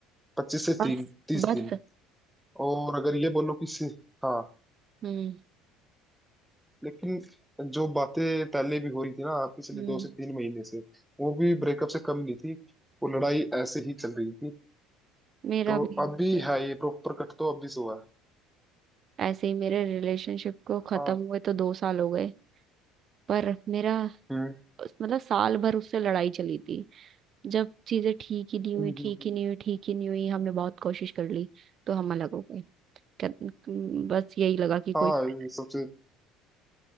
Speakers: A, in the centre; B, on the right.
A: पच्चीस से
B: बस
A: तीन तीस
B: बस
A: दिन और अगर ये बोलो कि से, हाँ
B: हम्म
A: लेकिन जो बातें पहले भी हो रही थी ना पिछले
B: हम्म
A: दो से तीन महीने से वो भी ब्रेकअप से कम नहीं थी वो लड़ाई ऐसे ही चल रही थी
B: मेरा
A: तो
B: भी
A: अभी
B: breakup-
A: है ये प्रॉपर कट तो अभी से हुआ है
B: ऐसे ही मेरे रिलेशनशिप को खत्म
A: हाँ
B: हुए तो दो साल हो गए पर मेरा
A: हम्म
B: मतलब साल भर उससे लड़ाई चली थी जब चीजें ठीक ही नहीं हुई
A: हम्म,
B: ठीक
A: हम्म, हम्म।
B: ही नहीं हुई ठीक ही नहीं हुई हमने बहुत कोशिश कर ली तो हम अलग हो गए कर- बस यही लगा कि कोई
A: हाँ
B: फायदा
A: ये सबसे